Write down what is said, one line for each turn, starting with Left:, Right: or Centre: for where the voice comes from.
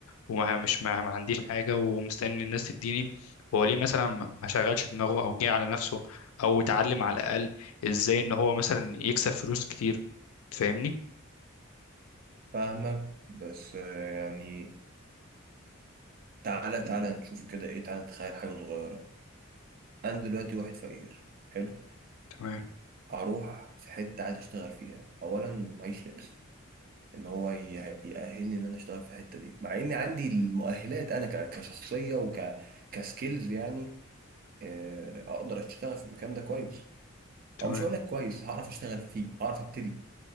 Left: ومش ما, ما عنديش حاجه ومستني الناس تديني هو ليه مثلا ما شغلش دماغه او جه على نفسه او اتعلم على الاقل ازاي ان هو مثلا يكسب فلوس كتير فاهمني
Right: فاهمك بس آه، يعني تعالى تعالى نشوف كده ايه تعالى نتخيل حاجه صغيره انا دلوقتي واحد فقير حلو
Left: تمام
Right: هروح في حته عايز اشتغل فيها اولا معيش لبس ان هو يه- يأهلني ان انا اشتغل في الحته دي مع اني عندي المؤهلات انا ك- كشخصيه وك كسكيلز يعني آه، اقدر اشتغل في المكان ده كويس
Left: تمام
Right: او مش هقول لك كويس هعرف اشتغل فيه هعرف ابتدي